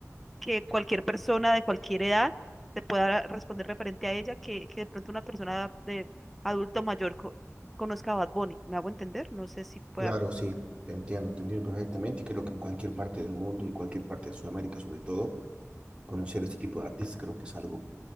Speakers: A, in the centre; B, on the right.
A: que cualquier persona de cualquier edad te pueda responder referente a ella que, que de pronto una persona de adulto mayor co- conozca a Bad Bunny. ¿Me hago entender? No sé si pueda
B: Claro, sí, te entiendo, te entiendo perfectamente y creo que en cualquier parte del mundo y cualquier parte de Sudamérica sobre todo, conocer este tipo de artistas creo que es algo,